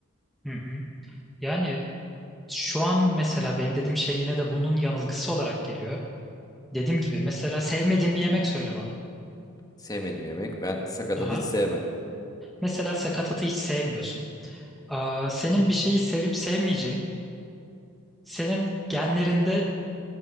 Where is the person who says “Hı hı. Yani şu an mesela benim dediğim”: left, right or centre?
Centre